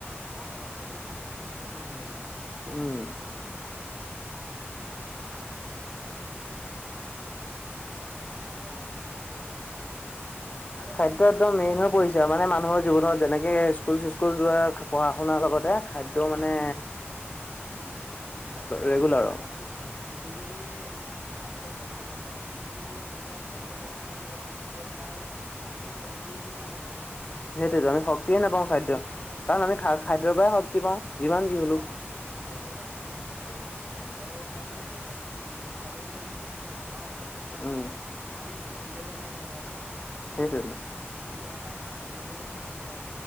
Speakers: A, on the right (about 75°); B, on the left (about 30°).
A: আহ প্ৰত্যয়কটো প্ৰত্যয়কটো জীৱকে লাগিবতো।
B: উম
A: <unintelligible> এনেকুৱা হয়। মানে
B: খাদ্য একদম
A: তোমাৰ
B: মেইন হৈ পৰিছা মানে মানুহৰ জীৱনত যেনেকে স্কুল চিস্কুল যোৱা পঢ়া শুনাৰ লগতে খাদ্য মানে
A: উম লাগিব লাগিব
B: ৰেগুলাৰ
A: কাৰণ তুমি যদি খাদ্যয় গ্ৰহণ নকৰা তুমিতো যেতিয়া খাদ্য গ্ৰহণ নকৰিবা কাৰণ তেতিয়া তোমাৰ মানুহতটো কম জ জুৰি নিচিনা লাগি'ব ন?
B: সেইটোৱেতো
A: তেতিয়া
B: আমি শক্তিয়ে নাপাওঁ খাদ্য
A: শক্তি নাপাম
B: আমি খা
A: কাৰণ
B: খাদ্যৰ পৰাই শক্তি পাওঁ যিমান যি হলো
A: অ খাদ্য খাদ্যৰ পৰা শক্তি পাওঁ তাকে কৈছোঁ খাদ্য খাই পেলাই যদি শক্তি মানে নোখোৱালে য আমিক্তি নাপাওঁ পাওঁৱেই তেতিয়াাহলে
B: উম
A: আমি পঢ়িবলে মন নাযাব হয়
B: সেইটোৱেতো
A: নহয়? কিবা এটা কাম কৰিবলৈ মন নাযাব,